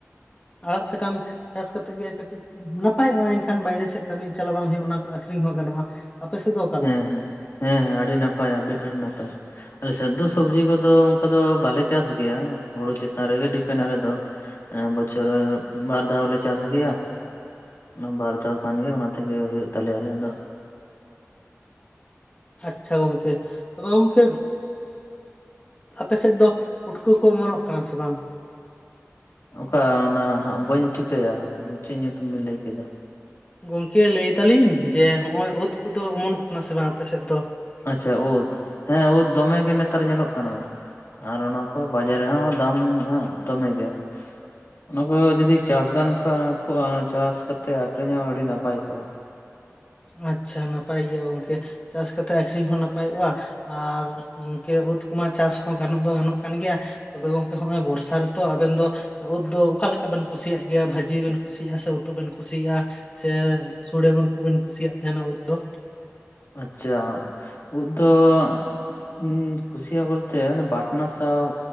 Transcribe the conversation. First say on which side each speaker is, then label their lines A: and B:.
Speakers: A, on the left; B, on the left.
A: ᱟᱲᱟᱜ ᱥᱟᱠᱟᱢ ᱪᱟᱥ ᱠᱟᱛᱮᱜ ᱜᱮ ᱠᱟᱹᱴᱤᱡ ᱱᱟᱯᱟᱭᱚᱜᱼᱟ᱾ ᱮᱱᱠᱷᱟᱱ ᱵᱟᱭᱨᱮ ᱥᱮᱫ ᱠᱟᱹᱢᱤ ᱪᱟᱞᱟᱣ ᱵᱟᱝ ᱦᱩᱭᱩᱜᱼᱟ᱾ ᱚᱱᱟ ᱠᱚ ᱟᱠᱷᱨᱤᱧ ᱦᱚᱸ ᱜᱟᱱᱚᱜᱼᱟ᱾ ᱟᱯᱮ ᱥᱮᱫ ᱫᱚ ᱚᱠᱟᱞᱮᱠᱟ
B: ᱦᱮᱸ ᱦᱮᱸ ᱦᱮᱸ ᱟᱹᱰᱤ ᱱᱟᱯᱟᱭ ᱟᱹᱵᱤ ᱟᱹᱰᱤ ᱱᱟᱯᱟᱭ᱾ ᱟᱞᱮ ᱥᱮᱫ ᱫᱚ ᱥᱚᱵᱡᱤ ᱠᱚᱫᱚ ᱚᱱᱠᱟ ᱫᱚ ᱵᱟᱞᱮ ᱪᱟᱥ ᱜᱮᱭᱟ᱾ ᱦᱳᱲᱳ ᱪᱮᱛᱟᱱ ᱨᱮᱜᱮ ᱰᱤᱯᱮᱱ ᱟᱞᱮ ᱫᱚ᱾ ᱮᱸ ᱵᱚᱪᱷᱚᱨ ᱵᱟᱨ ᱫᱷᱟᱣᱞᱮ ᱪᱟᱥ ᱜᱮᱭᱟ᱾ ᱚᱱᱟ ᱵᱟᱨ ᱫᱷᱟᱣ ᱠᱷᱟᱱᱜᱮ ᱚᱱᱟ ᱛᱮᱜᱮ ᱦᱳᱭᱳᱜ ᱛᱟᱞᱮᱭᱟ ᱟᱞᱮ ᱫᱚ᱾
A: ᱟᱪᱪᱷᱟ ᱜᱚᱝᱠᱮ ᱛᱚᱵᱮ ᱜᱚᱝᱠᱮ ᱟᱯᱮ ᱥᱮᱫ ᱫᱚ ᱯᱩᱴᱠᱟᱹ ᱠᱚ ᱚᱢᱚᱱᱚᱜ ᱠᱟᱱᱟ ᱥᱮ ᱵᱟᱝ?
B: ᱚᱠᱟ ᱚᱱᱟ ᱦᱟᱸᱜ ᱵᱟᱹᱧ ᱴᱷᱤᱠᱟᱹᱭᱟ, ᱪᱮᱫ ᱧᱩᱛᱩᱢ ᱵᱤᱱ ᱞᱟᱹᱭ ᱠᱮᱫᱟ?
A: ᱜᱚᱝᱠᱮ ᱞᱟᱹᱭ ᱫᱟᱞᱤᱧ ᱡᱮ ᱦᱚᱜ ᱚᱭ ᱳᱛ ᱠᱚᱫᱚ ᱚᱢᱚᱱᱚᱜ ᱠᱟᱱᱟ ᱥᱮ ᱵᱟᱝ ᱟᱯᱮᱥᱮᱫ ᱫᱚ
B: ᱟᱪᱪᱷᱟ ᱩᱫ ᱦᱮᱸ ᱩᱫ ᱫᱚᱢᱮ ᱜᱮ ᱱᱮᱛᱟᱨ ᱧᱮᱞᱚᱜ ᱠᱟᱱᱟ᱾ ᱟᱨ ᱚᱱᱟ ᱠᱚ ᱵᱟᱡᱟᱨ ᱨᱮᱦᱚᱸ ᱫᱟᱢ ᱦᱜ ᱫᱚᱢᱮ ᱜᱮ᱾ ᱚᱱᱟᱠᱩ ᱡᱩᱫᱤ ᱪᱟᱥ ᱜᱟᱱ ᱠᱚ ᱠᱚᱜᱼᱟ ᱪᱟᱥ ᱠᱟᱛᱮ ᱟᱠᱠᱷᱨᱤᱧ ᱦᱚᱸ ᱟᱹᱰᱤ ᱱᱟᱯᱟᱭ ᱠᱚᱜᱼᱟ᱾
A: ᱟᱪᱷᱟ ᱱᱟᱯᱟᱭ ᱜᱮᱭᱟ ᱜᱚᱝᱠᱮ ᱪᱟᱥ ᱠᱟᱛᱮᱜ ᱟᱠᱷᱨᱤᱧ ᱦᱚᱸ ᱱᱟᱯᱟᱭᱚᱜᱼᱟ᱾ ᱟᱨ ᱜᱝᱠᱮ ᱩᱫ ᱠᱚᱢᱟ ᱪᱟᱥ ᱦᱚᱸ ᱜᱟᱱᱚᱜ ᱫᱚ ᱜᱟᱱᱚᱜ ᱠᱟᱱ ᱜᱮᱭᱟ᱾ ᱛᱚᱵᱮ ᱜᱚᱝᱠᱮ ᱦᱚᱸᱜᱼᱚᱭ ᱵᱚᱨᱥᱟ ᱨᱮᱛᱚ ᱟᱵᱮᱱ ᱫᱚ ᱩᱫ ᱫᱚ ᱚᱠᱟᱞᱠᱟ ᱵᱮᱱ ᱠᱩᱥᱤᱭᱟᱜ ᱜᱮᱭᱟ ᱵᱷᱟᱹᱡᱤ ᱵᱮᱱ ᱠᱩᱥᱤᱭᱟᱜᱼᱟ, ᱥᱮ ᱩᱛᱩ ᱵᱱ ᱠᱩᱥᱤᱭᱟᱜᱼᱟ᱾ ᱥᱮ ᱥᱳᱲᱮᱵᱚᱱ ᱠᱚᱵᱤᱱ ᱠᱩᱥᱤᱭᱟᱜ ᱛᱟᱦᱮᱱᱟ ᱩᱫ ᱫᱚ
B: ᱟᱪᱷᱟ ᱩᱵ ᱫᱚ ᱦᱩ ᱠᱩᱩᱥᱤᱭᱟ ᱵᱚᱞᱛᱮ ᱟᱱᱮ ᱵᱟᱴᱱᱟ ᱥᱟᱶ